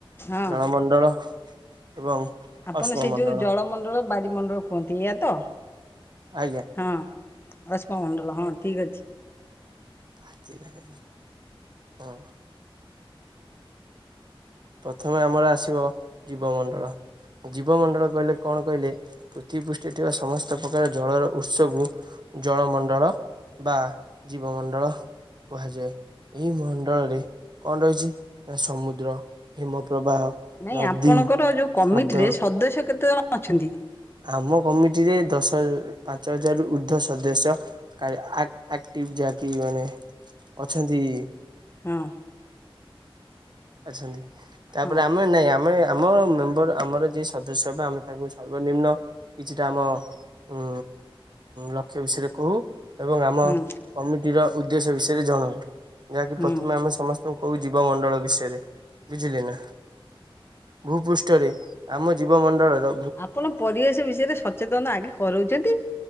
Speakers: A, on the left; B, on the right.
A: ହଁ
B: ଜଳମଣ୍ଡଳ ଏବଂ
A: ଆପଣ
B: ଅଶ୍ମମଣ୍ଡଳ
A: ସେଇ ଯୋଉ ଜଳମଣ୍ଡଳ, ବାରିମଣ୍ଡଳ କୁହନ୍ତି ଏୟା ତ?
B: ଆଜ୍ଞା।
A: ହଁ ଅଶ୍ମମଣ୍ଡଲ ହଁ ଠିକ ଅଛି।
B: ବାଜି ଲାନି ହଁ। ପ୍ରଥମେ ଆମର ଆସିବ ଜୀବମଣ୍ଡଳ। ଜୀବମଣ୍ଡଳ କହିଲେ କଣ କହିଲେ ପୃଥିବୀ ପୃଷ୍ଠରେ ଥିବା ସମସ୍ତ ପ୍ରକାର ଜଳର ଉତ୍ସକୁ ଜଳମଣ୍ଡଳ ବା ଜୀବମଣ୍ଡଳ କୁହାଯାଏ, ଏହି ମଣ୍ଡଳରେ କଣ ରହିଛି ନା ସମୁ ଦ୍ର ହିମପ୍ରବାହ।
A: ନାଇଁ
B: ନଦୀ,
A: ଆପଣଙ୍କର ଯୋଉ କମିଟିରେ
B: ହ୍ରଦ
A: ସଦସ୍ୟ କେତେ ଜଣ ଅଛନ୍ତି?
B: ଆମ କମିଟି ରେ ଦଶ ହଜ ପାଞ୍ଚ ହଜାର ର ଉର୍ଦ୍ଧ୍ୱ ସଦସ୍ୟ ଆକ୍ -ଆକ୍ଟିଭ ଯାହାକି ମାନେ ଅଛନ୍ତି।
A: ହଁ।
B: ଅଛନ୍ତି ତାପରେ
A: ହଁ
B: ଆମେ ନାଇଁ ଆମେ ଆମ ମେମ୍ବର ଆମର ଯିଏ ସଦସ୍ୟ ହେବେ ଆମେ ତାଙ୍କୁ ସର୍ବନିମ୍ନ କିଛିଟା ଆମ ଉଁ ଲକ୍ଷ୍ୟ ବିଷୟରେ କହୁ। ଏବଂ ଆମ
A: ହୁଁ
B: କମିଟିର ଉଦ୍ଦେଶ୍ୟ ବିଷୟରେ ଜଣାଉ, ଯାହାକି
A: ହୁଁ।
B: ପ୍ରଥମେ ଆମେ ସମସ୍ତେ ତୁ କୋଉ ଜୀବ ମଣ୍ଡଳ ବିଷୟ ବୁଝିଲେ ନା? ଭୂ ପୃଷ୍ଠରେ ଆମ ଜୀବ ମଣ୍ଡଳର
A: ଆପଣ ପରିବେଶ ବିଷୟରେ ସଚେତନ ଆଗେ କରାଉଛନ୍ତି।